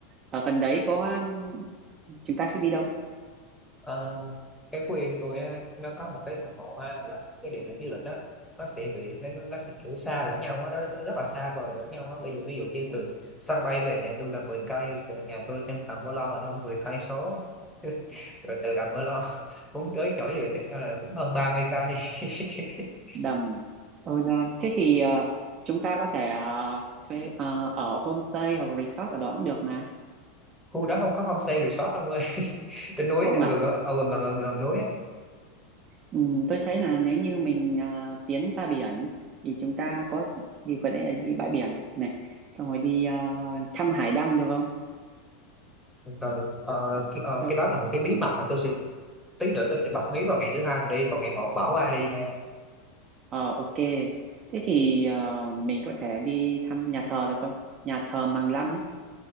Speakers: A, on the right (about 35°); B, in the centre.
A: Ở gần đấy có um, chúng ta sẽ đi đâu?
B: Ờ, cái Phú Yên tôi á, nó có một cái ngọn ngọt ha, là cái địa điểm du lịch đó nó sẽ bị nó, nó nó sẽ kiểu xa lẫn nhau á, nó, nó rất là xa vời lẫn nhau á. bây giờ ví dụ như từ sân bay về nhà tôi là 10 cây từ nhà tôi sang tầm Mơ lon là hơn 10 cây số <laughs> rồi từ đầm Mơ lon <laughs> muốn tới chỗ gì tiếp theo là cũng hơn 30 cây <laughs>
A: Đầm, Ôi Loan. Thế thì ờ, chúng ta có thể ờ, thuê ờ, ở homestay hoặc resort ở đó cũng được mà.
B: khu đó không có homestay resort đâu ơi <laughs> trên núi
A: Không
B: á,
A: à?
B: gần ở gần gần, gần núi á.
A: Ừm, tôi thấy là nếu như mình ờ, tiến ra biển thì chúng ta có đi vừa nãy là đi bãi biển này, xong rồi đi ờ, thăm hải đăng được không?
B: Từ, ờ,
A: Ờ,
B: cái, ờ,
A: tôi,
B: cái đó là một cái bí mật mà tôi sẽ tí nữa tôi sẽ bật mí vào ngày thứ hai mà đi còn ngày một bảo ai đi nha
A: ờ, ok. Thế thì ờ, mình có thể đi thăm nhà thờ được không? Nhà thờ Măng Lăng ấy.